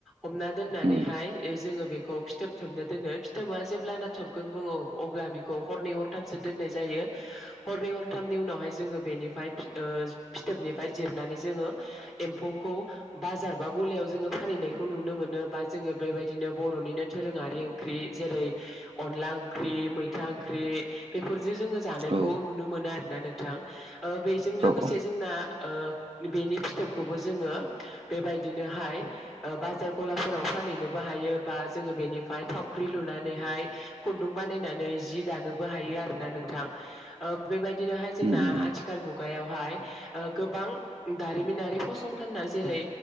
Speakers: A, in the centre; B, on the right.
A: हमना दोननानैहाय
B: उम
A: ओ जोङो बेखौ फिथोब थोबनो दोनो फिथोबा जेब्ला नाथबगोन बुङो अब्ला बेखौ हरनै हरथामसो दोननाय जायो हरनै हरथाम नि उनावहाय जोङो बेनि ओ फिथोबनिफ्राय जिरनानै जोङो एम्फौखौ बाजार बा गलायाव जोङो फालिनायखौ नुनो मोनो बा जोङो बेबायदिनो बर'निनो दोरोङारि ओंख्रि जेरै अनला ओं ख्रि मैथा ओंख्रि बेफोरजों जोङो जानायखौ
B: औ
A: नुनो मोनो आरोना नोंथां ओ बेजों लोगोसे
B: औ उम
A: जोंना ओ बेनि फिथोबखौबो जोङो बेबायदिनोहाय बाजार ओ गलाफोराव फा फानहैनोबो हायो बा जोङो बेनिफ्राय थावख्रि लुनानैहाय खुन्दुं बानायनानै जि दानो बो हायो आरोना नोंथां ओ बेबायदिनो हाय जोंना
B: उम उम
A: आथिखाल मुगायावहाय गोबां दारिमिनारि फसंथाननाय जेरै